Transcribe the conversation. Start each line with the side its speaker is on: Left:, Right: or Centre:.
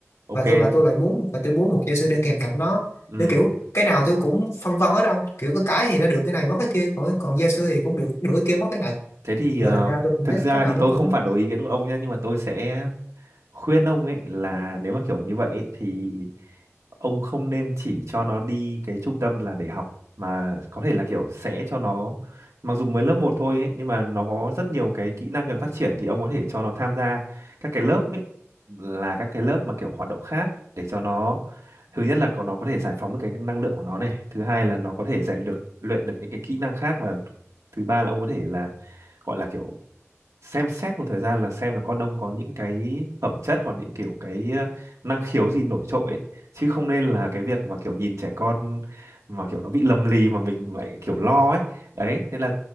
Right: ok.
Left: và tôi và tôi lại muốn và tôi muốn một giáo sư để kèm cặp nó
Right: Ừ.
Left: nên kiểu cái nào tôi cũng phân vân hết đâu kiểu cái cái thì nó được cái này mất cái kia còn còn gia sư thì cũng được được cái kia mất cái này
Right: Thế thì
Left: rồi
Right: ờ,
Left: thành ra tôi cũng
Right: thực
Left: thấy
Right: ra
Left: cái nào
Right: thì
Left: nó
Right: tôi
Left: cũng
Right: không phản đối ý kiến của ông nhé, nhưng mà tôi sẽ khuyên ông ấy là nếu mà kiểu như vậy ấy, thì ông không nên chỉ cho nó đi cái trung tâm là để học mà có thể là kiểu sẽ cho nó mặc dù mới lớp một thôi ấy, nhưng mà nó có rất nhiều cái kỹ năng cần phát triển thì ông có thể cho nó tham gia các cái lớp ấy là các cái lớp mà kiểu hoạt động khác để cho nó thứ nhất là có nó có thể giải phóng được cái năng lượng của nó này thứ hai là nó có thể rèn được luyện được những cái kỹ năng khác và thứ ba là ông có thể là gọi là kiểu xem xét một thời gian là xem là con ông có những cái phẩm chất hoặc những kiểu cái ờ, năng khiếu gì nổi trội ấy. Chứ không nên là cái việc mà kiểu nhìn trẻ con mà kiểu nó bị lầm lì mà mình lại kiểu lo ấy. Đấy, thế là